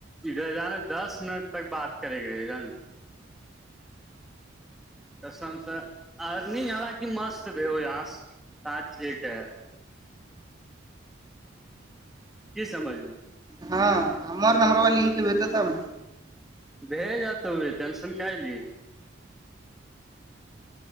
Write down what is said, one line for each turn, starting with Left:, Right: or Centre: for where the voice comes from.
Centre: ادھر جانے دس منٹ تک بات کرے کے رہے جان <inaudible> تو س سے ارننگ حالانکہ مست بھی س راتی کے <unintelligible> کی سمجھو <unintelligible>
Right: ہاں ہممر نمبر وال لک بت تو نے <unintelligible>
Centre: بھیج ج ٹینسن کا لی <unintelligible>